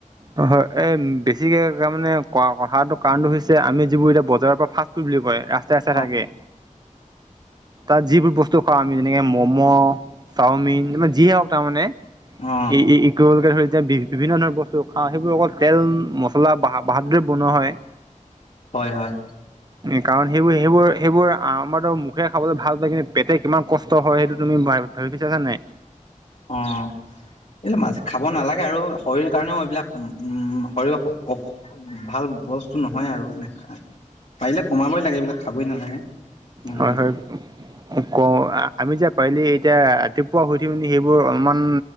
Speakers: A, on the right; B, on the left.
A: অ হয় এই বেছিকে তাৰ মানে ক কথাটো কাৰণটো হৈছে আমি যিবোৰ এতিয়া বজাৰৰ পৰা ফাষ্ট ফুড বুলি কয়। ৰাস্তাই
B: অঁ
A: থাকে। তাত যিবোৰ বস্তু খাওঁ আমি যেনেকে ম'ম, ' চাওমিন এইবিলাক যিয়ে নহওঁক তাৰমানে।
B: অঁ
A: এই এই এগৰোলকে এতিয়া বি বিভিন্ন ধৰণৰ স্তু খাওঁ সেইবোৰ অকল তেল মছলা ভাল দৰে বনোৱা হয়।
B: হয় হয়
A: কাৰণ সেইবোৰ- সেইবোৰ- সেইবোৰ আমাৰতো মুখেৰে খাবলৈ ভাল পায়। কিন্তু পেটে কিমান কষ্ট হয় সেইটো তুমি ভ ভাবিছা নে নাই?
B: অহ। এইবিলাক মাজে খাব নালাগে। আৰু শৰীৰ কাৰণেও এইবিলাক উ, উম, শৰীৰৰ অ ভাল বস্তু নহয় আৰু। নেখা, পাৰিলে কমাবই লাগে এইবিলাক খাবই নালাগে। মোৰ
A: হয়-
B: মতেতো
A: হয়। কওঁ আমি যে পাৰিলে এতিয়া ৰাতিপুৱা উঠি মেলি সেইবোৰ অলপমান